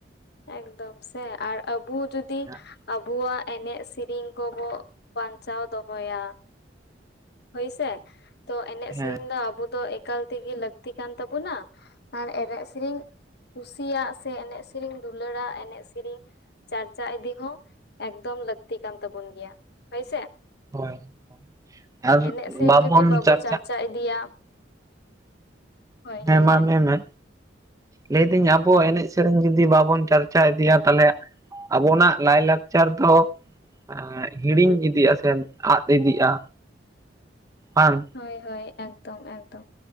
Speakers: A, on the left; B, on the right.
A: ᱮᱠᱫᱚᱢ ᱥᱮ ᱟᱨ ᱟᱵᱚ ᱡᱩᱫᱤ
B: ᱦᱮᱸ
A: ᱟᱵᱩᱣᱟᱜ ᱮᱱᱮᱡ ᱥᱮᱨᱮᱧ ᱠᱚᱵᱚ ᱵᱟᱧᱪᱟᱣ ᱫᱚᱦᱚᱭᱟ ᱦᱳᱭᱥᱮ ᱛᱚ ᱮᱱᱮᱡ
B: ᱦᱮᱸ
A: ᱥᱮᱨᱮᱧ ᱫᱚ ᱟᱵᱚ ᱫᱚ ᱮᱠᱟᱞ ᱛᱮᱜᱮ ᱞᱟᱹᱠᱛᱤ ᱠᱟᱱ ᱛᱟᱵᱚᱱᱟ ᱟᱨ ᱮᱱᱮᱡ ᱥᱤᱨᱤᱧ ᱠᱩᱥᱤᱭᱟᱜ ᱥᱮ ᱮᱱᱮᱡ ᱥᱮᱨᱮᱧ ᱫᱩᱞᱟᱹᱲᱟ ᱮᱱᱮᱡ ᱥᱮᱨᱮᱧ ᱪᱟᱨᱪᱟ ᱤᱫᱤ ᱦᱚᱸ ᱮᱠᱫᱚᱢ ᱞᱟᱹᱠᱛᱤ ᱠᱟᱱ ᱛᱟᱵᱚᱱ ᱜᱮᱭᱟ ᱦᱚᱭᱥᱮ
B: ᱦᱳᱭ ᱟᱨ
A: ᱮᱱᱮᱡ ᱥᱮᱨᱮᱧ
B: ᱵᱟᱵᱚᱱ
A: ᱡᱚᱫᱤ ᱵᱟᱵᱚ
B: ᱪᱟᱨᱪᱟᱜ
A: ᱪᱟᱨᱪᱟ ᱤᱫᱤᱭᱟ ᱦᱳᱭ ᱞᱟᱹᱭ
B: ᱦᱮᱸ ᱢᱟ ᱢᱮ ᱢᱮ ᱞᱟᱹᱭᱫᱟᱹᱧ ᱟᱵᱚᱣᱟᱜ ᱮᱱᱮᱡ ᱥᱮᱨᱮᱧ ᱡᱩᱫᱤ ᱵᱟᱵᱚᱱ ᱪᱟᱨᱪᱟ ᱤᱫᱤᱭᱟ ᱛᱟᱞᱮ ᱟᱵᱚᱱᱟᱜ ᱞᱟᱭᱼᱞᱟᱠᱪᱟᱨ ᱫᱚ ᱟᱸ ᱦᱤᱲᱤᱧ ᱤᱫᱤᱜᱼᱟ ᱥᱮ ᱟᱫ ᱤᱫᱤᱜᱼᱟ ᱵᱟᱝ
A: ᱦᱳᱭ ᱦᱳᱭ ᱮᱠᱫᱚᱢ ᱮᱠᱫᱚᱢ